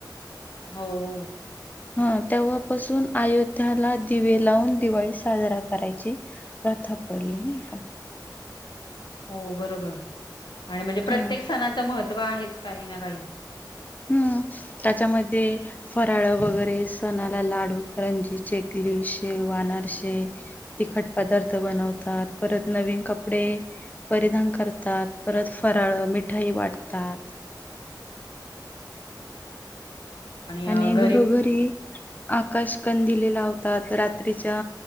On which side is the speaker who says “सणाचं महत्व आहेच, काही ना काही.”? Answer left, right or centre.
Left